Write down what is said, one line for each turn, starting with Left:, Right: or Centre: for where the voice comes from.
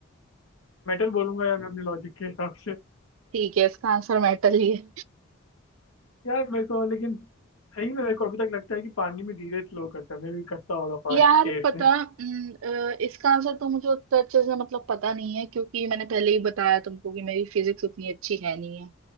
Left: मेटल बोलूंगा यार मैं अपने लॉजिक के हिसाब से
Right: ठीक है इसका आंसर मेटल ही है
Left: यार मेरे को लेकिन सही में मेरे को अभी तक लगता है कि पानी में धीरे स्लो करता है मैं भी करता होगा फास्ट
Right: यार
Left: एयर
Right: पता
Left: से
Right: हम्म, अ, इसका आंसर तो मुझे उतना अच्छे से मतलब पता नहीं है क्योंकि मैंने पहले ही बताया तुमको कि मेरी फिजिक्स उतनी अच्छी है नहीं है